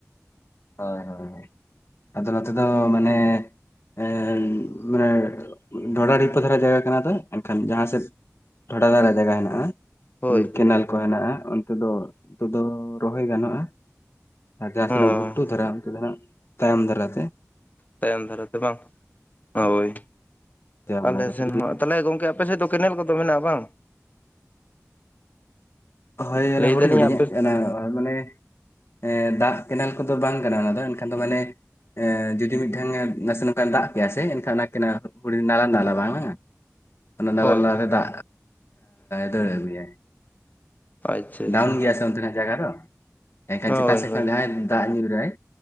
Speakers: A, on the left; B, on the left.
A: ᱦᱳᱭ ᱦᱳᱭ ᱟᱫᱚ ᱱᱚᱛᱮ ᱫᱚ ᱢᱟᱱᱮ ᱮ ᱢᱟᱱᱮ ᱰᱚᱰᱟ ᱰᱷᱤᱯᱟᱹ ᱫᱷᱟᱨᱟ ᱡᱟᱭᱜᱟ ᱠᱟᱱᱟ ᱛᱚ ᱮᱱᱠᱷᱟᱱ ᱡᱟᱦᱟᱸ ᱥᱮᱫ ᱰᱷᱚᱰᱟ ᱫᱷᱟᱨᱟ ᱡᱟᱭᱜᱟ ᱦᱮᱱᱟᱜ-ᱟ
B: ᱦᱳᱭ
A: ᱠᱮᱱᱮᱞ ᱠᱚ ᱦᱮᱱᱟᱜ-ᱟ ᱚᱱᱛᱮ ᱫᱚ ᱚᱱᱛᱮ ᱫᱚ ᱨᱚᱦᱚᱭ ᱜᱟᱱᱚᱜ-ᱟ ᱟᱨ ᱡᱟᱦᱟᱸ
B: ᱦᱚᱸ
A: ᱛᱤᱱᱟᱹᱜ ᱜᱷᱩᱴᱩ ᱫᱷᱟᱨᱟ ᱡᱟᱦᱱᱟᱜ ᱛᱟᱭᱚᱢ ᱫᱟᱨᱟ ᱛᱮ
B: ᱛᱟᱭᱚᱢ ᱫᱷᱟᱨᱟ ᱛᱮ ᱵᱟᱝ ᱦᱳᱭ
A: ᱪᱟᱵᱟ
B: ᱟᱞᱮ
A: ᱵᱟᱲᱟ ᱠᱟᱛᱮ
B: ᱥᱮᱱ
A: ᱡᱩᱫᱤ
B: ᱦᱚᱸ ᱛᱟᱦᱚᱞᱮ ᱜᱚᱝᱠᱮ ᱟᱯᱮ ᱥᱮᱫ ᱫᱚ ᱠᱮᱱᱮᱞ ᱠᱚᱫᱚ ᱢᱮᱱᱟᱜ-ᱟ ᱵᱟᱝ
A: ᱦᱳᱭ
B: ᱞᱟᱹᱭ
A: ᱮᱱᱟ ᱦᱩᱰᱤᱧ
B: ᱫᱟᱞᱤᱧ
A: ᱦᱩᱰᱤᱧ
B: ᱟᱯᱮ
A: ᱢᱟᱱᱮ ᱮᱸ ᱫᱟᱜ ᱠᱮᱱᱮᱞ ᱠᱚᱫᱚ ᱵᱟᱝ ᱠᱟᱱᱟ ᱚᱱᱟ ᱫᱚ ᱮᱱᱠᱷᱟᱱ ᱫᱚ ᱢᱟᱱᱮ ᱮ ᱡᱩᱫᱤ ᱢᱤᱫᱴᱷᱟᱝ ᱱᱟᱥᱮ ᱱᱚᱝᱠᱟᱭ ᱫᱟᱜ ᱯᱮᱭᱟ ᱥᱮ ᱮᱱᱠᱷᱟᱱ ᱚᱱᱟ ᱠᱮᱱᱮᱞ ᱱᱟᱞᱟ ᱱᱟᱞᱟ ᱵᱟᱝ ᱚᱱᱟ ᱱᱟᱞ
B: ᱦᱳᱭ
A: ᱱᱟᱛᱮ ᱫᱟᱜ ᱫᱟᱹᱲ ᱟᱜᱩᱭᱟ
B: ᱟᱪᱪᱷᱟ ᱟᱪᱪᱷᱟ
A: ᱰᱟᱣᱩᱱ ᱜᱮᱭᱟ ᱥᱮ ᱚᱱᱛᱮᱱᱟᱜ ᱡᱟᱭᱜᱟ ᱫᱚ ᱮᱱᱠᱷᱟᱱ
B: ᱦᱳᱭ
A: ᱪᱮᱛᱟᱱ ᱥᱮᱫ
B: ᱦᱳᱭ
A: ᱠᱷᱚᱱ ᱡᱟᱦᱟᱸᱭ ᱫᱟᱜ ᱧᱩ ᱨᱟᱭ